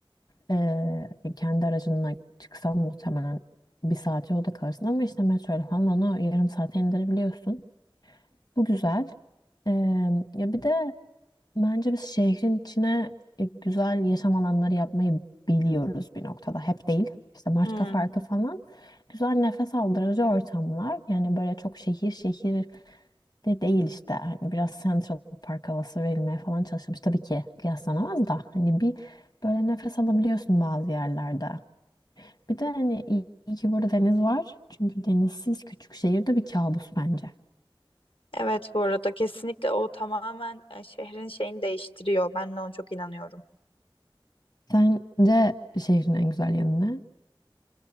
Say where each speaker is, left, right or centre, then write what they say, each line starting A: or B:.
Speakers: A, on the left (about 45°); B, on the left (about 80°).
A: Ee, kendi aracınla çıksan muhtemelen bir saat yolda kalırsın ama işte metroyla falan onu yarım saate indirebiliyorsun. Bu güzel. Ee, ya bir de bence biz şehrin içine e, güzel yaşam alanları yapmayı biliyoruz bir noktada. Hep değil. İşte Maçka
B: Hmm.
A: Parkı falan. Güzel nefes aldırıcı ortamlar. Yani böyle çok şehir şehir de değil işte. Hani biraz Central Park havası verilmeye falan çalışılmış. Tabii ki kıyaslanamaz da. Hani bir böyle nefes alabiliyorsun bazı yerlerde. Bir de hani iyi, iyi ki burada deniz var. Çünkü denizsiz küçük şehirde bir kabus bence.
B: Evet bu arada kesinlikle o tamamen e, şehrin şeyini değiştiriyor. Ben de ona çok inanıyorum.
A: Sence şehrin en güzel yanı ne?